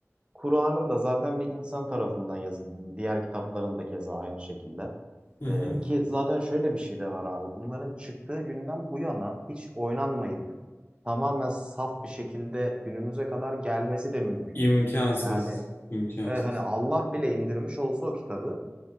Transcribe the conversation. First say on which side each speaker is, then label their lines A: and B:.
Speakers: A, on the right; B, on the left.
A: Kur'an'ın da zaten bir insan tarafından yazıldığını, diğer kitapların da keza aynı şekilde.
B: hı hı.
A: Ee, ki zaten şöyle bir şey de var abi. Bunların çıktığı günden bu yana hiç oynanmayıp tamamen saf bir şekilde günümüze kadar gelmesi de mümkün
B: imkansız,
A: değil. Yani
B: imkansız.
A: evet hani Allah bile indirmiş olsa o kitabı